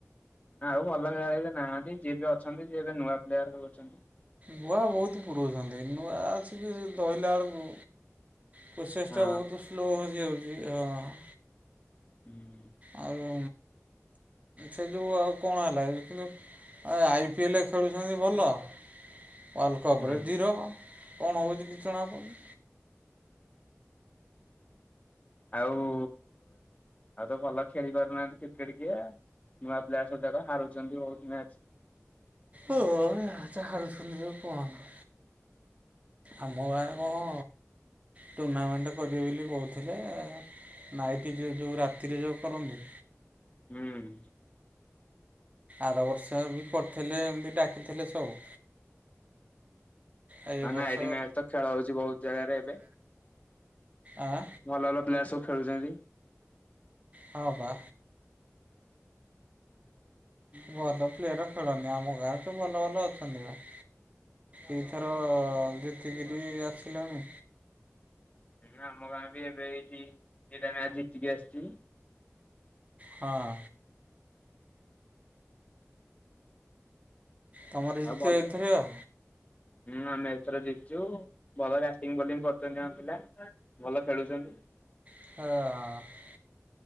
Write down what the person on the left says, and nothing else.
ଆଉ ଭଲ ଖେଳାଳି ଏବେ ନାହାନ୍ତି। ଯିଏ ବି ଅଛନ୍ତି ଯିଏ ଏବେ ନୂଆ ପ୍ଲେୟାର ସବୁ ଅଛନ୍ତି।
ହଁ
ହୁଁ।
ହୁଁ।
ଆଉ ଆଉ ତ ଭଲ ଖେଳି ପାରୁନାହାନ୍ତି କ୍ରିକେଟ କିଏ। ନୂଆ ପ୍ଲେୟାର ସବୁ ଯାକ ହାରୁଛନ୍ତି ବହୁତ ମ୍ୟାଚ।
ହୁଁ।
ନା
ନା। ଆ ଇ ଡି ମ୍ୟାଚ ତ ଖେଳ ହଉଛି ବହୁତ ଜାଗାରେ ଏବେ।
ଭଲ ଭଲ ପ୍ଲେୟାର ସବୁ ଖେଳୁଛନ୍ତି।
ହଁ। ଆମ ଗାଁ ବି ଏବେ ହେଇଛି। ଦିଟା ମ୍ୟାଚ ଜିତିକି ଆସିଛି।
ଆଉ ଭଲ
ହୁଁ, ଆମେ ଏଥର ଜିତଛୁ। ଭଲ ଯ ଟିମ୍ ବୋଲିଙ୍ଗ କରୁଛନ୍ତି ଆମ ପିଲା ଭଲ ଖେଳୁଛନ୍ତି।